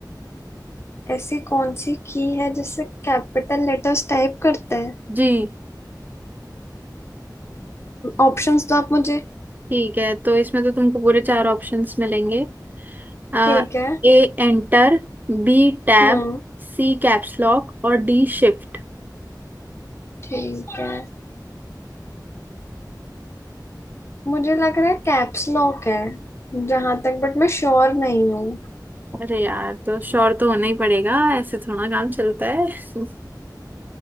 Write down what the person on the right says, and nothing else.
जी
ठीक है तो इसमें तो तुमको पूरे चार ऑप्शंस मिलेंगे आ,
A enter B tab
C caps lock और डी शिफ्ट
अरे यार तो श्योर तो होना ही पड़ेगा ऐसे थोड़ा काम चलता है <laughs>